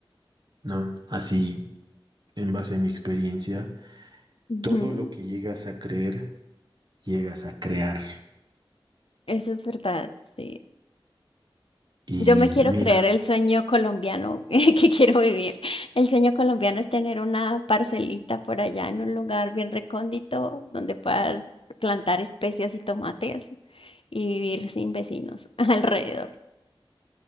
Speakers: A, on the right; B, on the left.
A: ¿no? Así, en base a mi experiencia,
B: Ujú,
A: todo lo que llegas a creer, llegas a crear.
B: Eso es verdad, sí.
A: Y
B: Yo me quiero
A: mira,
B: creer el sueño colombiano <laughs> que quiero vivir. El sueño colombiano es tener una parcelita por allá en un lugar bien recóndito donde puedas plantar especias y tomates y vivir sin vecinos <laughs> alrededor,